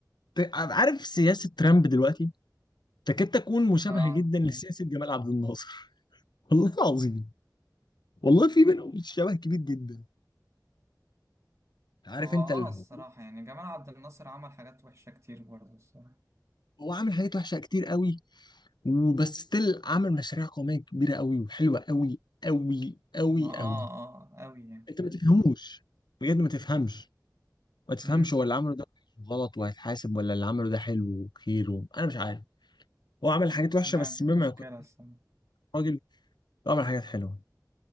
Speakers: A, on the left; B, on the right.
A: ت- عارف سياسة ترامب دلوقتي تكاد تكون مشابهة
B: اه
A: جدا لسياسة جمال عبد الناصر <laughs> والله العظيم والله في بينهم شبه كبير جدا عارف
B: هو
A: انت
B: اه
A: اللي
B: الصراحة
A: هو
B: يعني جمال عبد الناصر عمل حاجات وحشة كتير برضه الصراحة
A: هو عامل حاجات وحشة كتير قوي وبس ستيل عامل مشاريع قومية كبيرة قوي وحلوة قوي قوي قوي
B: ما اه
A: قوي
B: اه قوي يعني
A: انت ما تفهموش بجد ما تفهمش ما تفهمش
B: امم
A: هو اللي عمله ده غلط وهيتحاسب ولا اللي عمله ده حلو وخير و... انا مش عارف هو عمل حاجات وحشه
B: ما
A: بس
B: دي
A: مما
B: مشكلة
A: يكون
B: الصراحة
A: راجل عمل حاجات حلوه